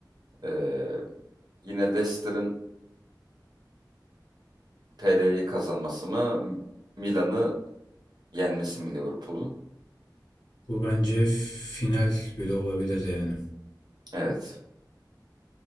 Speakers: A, on the right (about 65°); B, on the left (about 60°).
A: eee, yine Leicester'ın PL'yi kazanması mı? Milan'ı Yenmesi mi Liverpool'un?
B: Bu bence final bile olabilirdi yani.
A: Evet.